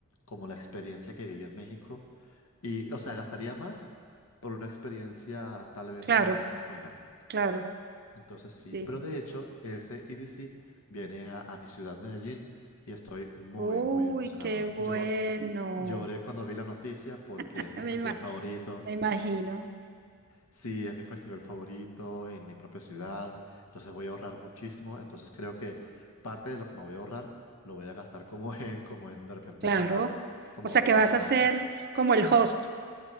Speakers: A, on the left; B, on the right.
A: como la experiencia que viví en México. Y, o sea, gastaría más por una experiencia tal vez
B: Claro,
A: como no tan buena.
B: claro,
A: Entonces, sí,
B: sí.
A: pero de hecho, ese E D C viene a, a mi ciudad, Medellín, y estoy muy,
B: Uy,
A: muy emocionado.
B: qué bueno.
A: Yo lloré cuando vi la noticia porque
B: <laughs>
A: es mi
B: Me,
A: festival
B: ima-
A: favorito.
B: me imagino,
A: Sí, es mi festival favorito en mi propia ciudad, entonces voy a ahorrar muchísimo, entonces creo que parte de lo que me voy a ahorrar lo voy a gastar como <laughs> en, como en de repente
B: claro.
A: pagar como
B: O sea
A: una...
B: que vas a ser como el host.